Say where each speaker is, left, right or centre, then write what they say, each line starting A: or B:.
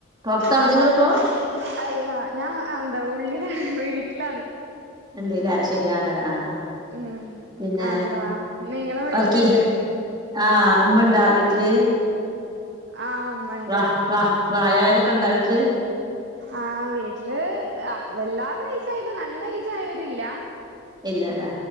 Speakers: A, on the right (about 20°); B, on the right (about 60°).
A: പൊറത്താണോ
B: ആഹ്
A: നിങ്ങളിപ്പോ
B: <unintelligible> അല്ല ഞാൻ എന്താ ഉള്ളിലാണ് വീട്ടില
A: എന്തേലും ആവശ്യായിട്ട് അങ്ങനെ ആഹ്
B: ഉം
A: പിന്നെ
B: എന്താ നിങ്ങളെ വീട്ടിലല്ലേ
A: വർക്കി ആഹ് ഉമ്മണ്ടാ വീട്ടില്.
B: ആ ഉമ്മ ഉണ്ട്
A: വ വ വാഴ കള് അക്കൗണ്ട് അനക്ക്
B: ആഹ് വീട്ടില് വല്ലാതെ ഏജ് നല്ല ഏ ജായവരില്ല
A: ഇല്ലല്ലേ